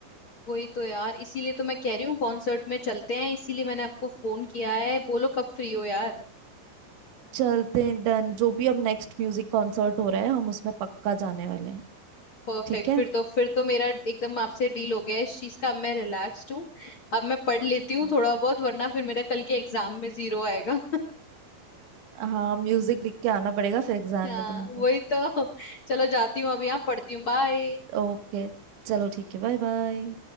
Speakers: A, on the left; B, on the right.
A: वही तो यार इसीलिए तो मैं कह रही हूँ कॉन्सर्ट में चलते हैं इसीलिए मैंने आपको फोन किया है बोलो कब फ्री हो यार
B: चलते हैं डन जो भी अब नेक्स्ट म्यूजिक कॉन्सर्ट हो रहा है हम उसमें पक्का जाने वाले हैं
A: परफेक्ट
B: ठीक है
A: फिर तो फिर तो मेरा एकदम आपसे डील हो गया है इस चीज का अब मैं रिलैक्स्ड हूँ अब मैं पढ़ लेती हूँ
B: <laughs>
A: थोड़ा बहुत वरना फिर मेरा कल के एग्जाम में जीरो आएगा
B: हाँ म्यूजिक लिख के आना पड़ेगा फिर एग्जाम
A: हाँ
B: में तुमको
A: वही तो चलो जाती हूँ अभी यहाँ पढ़ती हूँ बाय
B: ओके चलो ठीक है बाय बाय